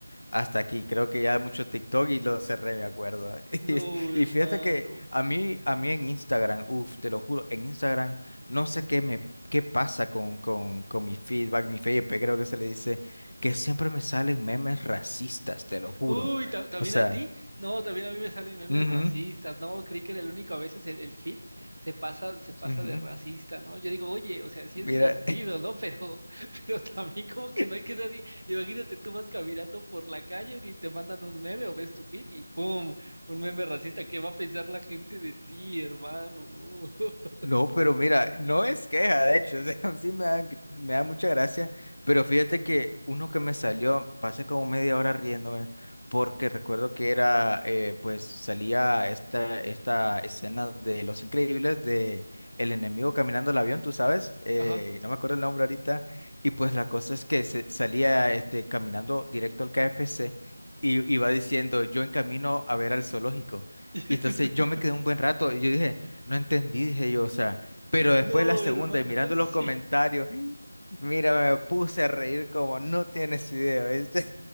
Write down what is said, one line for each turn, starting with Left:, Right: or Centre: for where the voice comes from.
Left: Hasta aquí, creo que ya mucho TikTok y lo cerré, me acuerdo. <laughs>
Right: No, hermano.
Left: Y, y fíjate que a mí, a mí en Instagram, uff, te lo juro, en Instagram no sé qué me qué pasa con, con, con mi feedback, mi FYP, creo que se le dice, que siempre me salen memes racistas, te lo juro.
Right: Uy, ta- ¿también
Left: O sea,
Right: a ti? No, también a mí me salen memes
Left: ujú,
Right: racistas. No, creí que era el único. A veces el, el fit se pasa, se
Left: ujú,
Right: pasa de racista, ¿no? Yo digo, oye, o sea, sí
Left: mira.
Right: es divertido, ¿no? Pero, <laughs> pero también como que
Left: <laughs>
Right: no hay que ser así. Imagínate, tú vas caminando por la calle y te mandan un meme o ves tu fit y ¡pum! Un meme racista. ¿Qué va a pensar la gente de ti, hermano? No. <laughs>
Left: No, pero mira, no es queja, de hecho, o sea, <laughs> sí me dan, me da mucha gracia, pero fíjate que uno que me salió, pasé como media hora riéndome, porque recuerdo que era, eh, pues salía esta, esta escena de Los Increíbles, de el enemigo caminando el avión, tú sabes, eh,
Right: Ajá.
Left: no me acuerdo el nombre ahorita, y pues la cosa es que se, salía este, caminando directo al KFC y iba diciendo, yo en camino a ver al zoológico.
Right: <laughs>
Left: Y entonces yo me quedé un buen rato y yo dije, no entendí, dije yo, o sea, pero después
Right: No,
Left: la segunda
Right: hermano,
Left: y mirando
Right: sí.
Left: los comentarios, <gasps> mira, me puse a reír como no tienes idea, ¿viste?